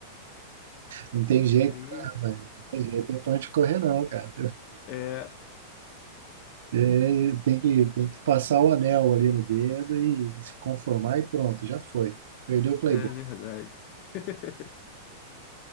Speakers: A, on the right; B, on the left.
A: não tem jeito,
B: Aí,
A: né,
B: <laughs>
A: velho? Não tem jeito, tem pra onde correr, não, cara.
B: é.
A: É, tem que, tem que passar o anel ali no dedo e se conformar e pronto, já foi. Perdeu o Playboy.
B: É verdade. <laughs>